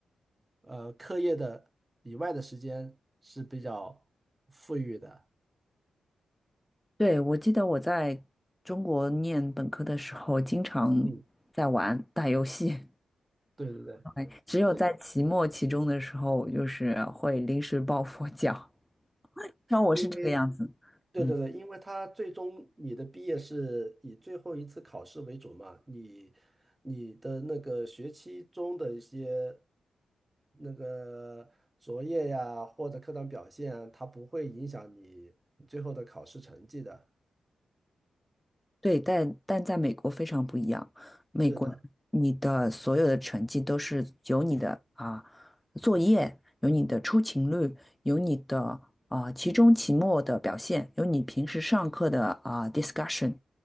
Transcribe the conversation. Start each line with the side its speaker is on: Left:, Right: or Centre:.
Right: 呃，课业的以外的时间是比较富裕的。
Centre: 对，我记得我在中国念本科的时候，经常在玩打游戏，
Right: 嗯，对对对，
Centre: <laughs> 对只有在期末、
Right: 是
Centre: 期中的时候，就是会临时抱佛脚。<laughs> 那我是这个样子，
Right: 因为对对对，
Centre: 嗯。
Right: 因为他最终你的毕业是以最后一次考试为主嘛，你你的那个学期中的一些那个作业呀，或者课堂表现啊，它不会影响你你最后的考试成绩的。
Centre: 对，但但在美国非常不一样。美国，
Right: 是的。
Centre: 你的所有的成绩都是由你的啊作业，有你的出勤率，有你的啊期中、期末的表现，有你平时上课的啊 discussion